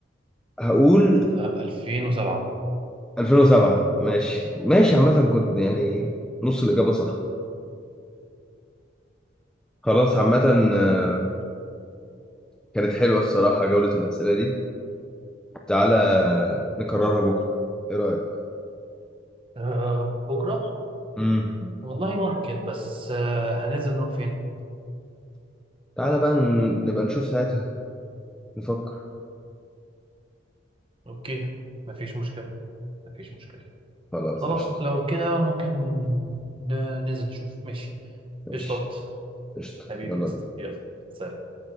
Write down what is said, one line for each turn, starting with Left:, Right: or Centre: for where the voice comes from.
Centre: هقول
Right: لا 2007
Centre: 2007 ماشي ماشي عامة كنت يعني نص الإجابة صح خلاص عامة آه، كانت حلوة الصراحة جولة الأسئلة دي تعالى نكررها بكرة ايه رأيك
Right: آه بكرة
Centre: امم
Right: والله ممكن بس آه هننزل نروح فين
Centre: تعالى بقى ن- نبقى نشوف ساعتها نفكر
Right: اوكي مفيش مشكلة مفيش مشكلة
Centre: خلاص
Right: خلاص
Centre: قشطة
Right: لو كده ممكن ن- ننزل نشوف ماشي
Centre: ماشي
Right: قشطات
Centre: قشطة
Right: حبيبي
Centre: يلا
Right: يا اسطى يلا سلام